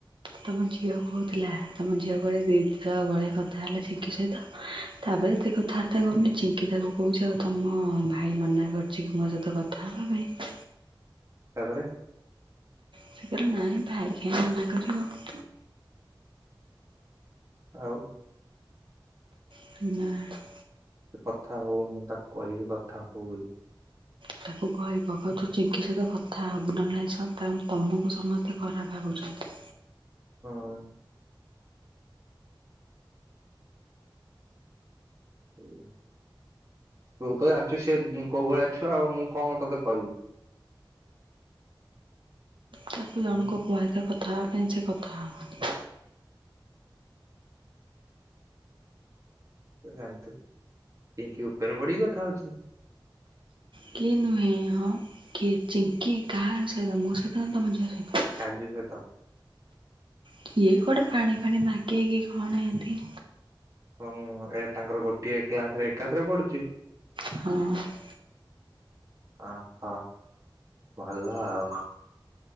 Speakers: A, on the right (about 70°); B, on the right (about 40°).
A: ତମ ଝିଅ କହୁଥିଲା ତମ ଝିଅ କୁଆଡେ ଦିଥର ଭଳିଆ କଥା ହେଲା ଚିଙ୍କି ସହିତ। ତାପରେ ଏତେ କଥାବାର୍ତ୍ତା କରୁନି ଚିଙ୍କି ତାକୁ କହୁଛି ଆଉ ତମ ଭାଇ ମନା କରିଛି କି ମୋ ସହିତ କଥା ହବା ପାଇଁ।
B: ତାପରେ
A: ସିଏ କହିଲା ନାଇଁ ଭାଇ କାହିଁ ମନା କରିବ।
B: ଆଉ
A: <unintelligible>
B: ସେ କଥା ହଉ ମୁଁ ତାକୁ କହିବି କଥା ହୋ ବୋଲି।
A: ତାକୁ କହିବ କହିବ ତୁ ଚିଙ୍କି ସହିତ କଥା ହବୁ ନହେଲେ ନାହିଁ <unintelligible> ତମୁକୁ ସମସ୍ତେ ଖରାପ ଭାବୁଛନ୍ତି।
B: ହଁ। ସେଇଆ ତୁ ତ ଜାଣିଛୁ ସିଏ ଉଁ କୋଉ ଭଳିଆ ଛୁଆ ଆଉ ମୁଁ କଣ ତତେ କହିବି।
A: ତାକୁ ଜଣୁଙ୍କୁ
B: ମୁଁ
A: କୁହା ହେଇଥିବ କଥା ହବା ପାଇଁ ସେ କଥା ହବନି।
B: ତୁ ତ ଜାଣିଥିବୁ ପିଙ୍କି ଉପେରେ ପଡିକି କଥା ହଉଛି।
A: କିଏ ନୁହେଁ ହଁ କିଏ ଚିଙ୍କି କାହା ସହିତ ମୋ ସହିତ ନା ତମ ଝିଅ ସହିତ।
B: କାଜୁ ସହିତ।
A: କିଏ କୁଆଡେ ପାଣି ଫାଣି ମାଗେ କି କଣ ଏନ୍ତି।
B: ହଁ ମୁଁ ଏ ତାଙ୍କର ଗୋଟିଏ କ୍ଲାସରେ ଏକାଥରେ ପଢୁଚି।
A: ହଁ।
B: ଆଉ ହଁ ଭଲ ଆଉ।